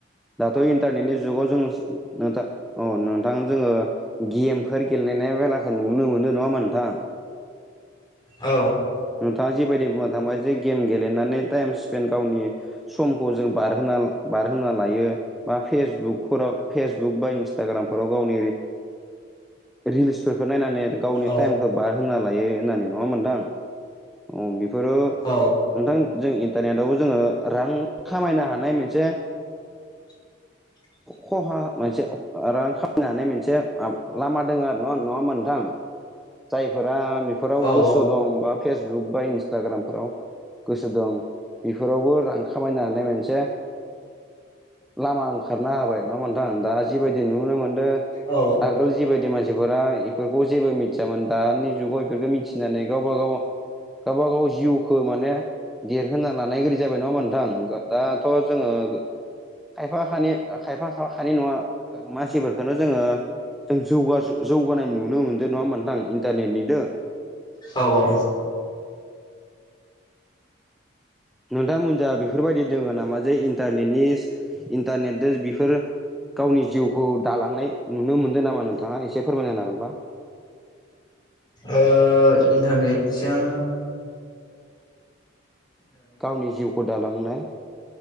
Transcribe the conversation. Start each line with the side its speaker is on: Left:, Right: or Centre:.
Centre: दाथ इन्टारनेटनि जुगाव जों नोंथां औ नोंथां जोङो गेमफोर गेलेनाय बेलाखौ नुनो मोनदों नङा होनबा नोंथां
Left: औ
Centre: नोंथाङा जिबायदि बुंना थांबाय जे गेम गेलेनानै टाइम स्पेन्ड गावनि समखौ जों बारहोना बारहोना लायो बा फेसबुकफोराव फेसबुक बा इन्सटाग्रामफोराव गावनि रिल्सफोरखौ नायनानै गावनि
Left: ओं
Centre: टाइम खौ बारहोना लायो होननानै नङा होनबा नोंथां बेफोरो
Left: औ
Centre: नोंथां जों इन्टारनेटआवबो जोङो रां खामायनो हानाय मोनसे
Left: <inaudible>
Centre: खहा मोनसे रां खामनो हानाय मोनसे लामा दोङो आरोना नङा होनबा नोंथां जायफोरा फोराव
Left: औ
Centre: गोसो दं बा फेसबुक बा इन्सटाग्रामफोराव गोसो दं बेफोरावबो खामायनो हानाय मोनसे लामा ओंखारना होबाय नङा‌ होमबा नोंथां दा जिबायदि नुनो मोनदों
Left: औ
Centre: आगोल जिबायदि मानसिफोरा इफोरखौ जेबो मिथियामोन दानि जुगाव इफोरखौ मिथिनानै गावबा गाव गावबा गाव जिउखौ माने देरहोना लानाय गोदि जाबाय नङा होमबा नोंथां दाथ जोङो खायफा खानै खायफा खा खानै नङा मानसिफोरखौनो जोङो जों जौगा जौगानाय नुनो मोनदों नङा होमबा नोंथां इन्टारनेटनिदो
Left: औ औ
Centre: नोंथांमोनजा बेफोरबायदि दोङो नामा जे इन्टारनेटनि इन्टारनेटदो बेफोर गावनि जिउखौ दालांनाय नुनो मोनदों नामा नोंथाङा एसे फोरमायनो लाागोनबा
Left: ओ इनटानरेतजों
Centre: गावनि जिउखौ दालांनो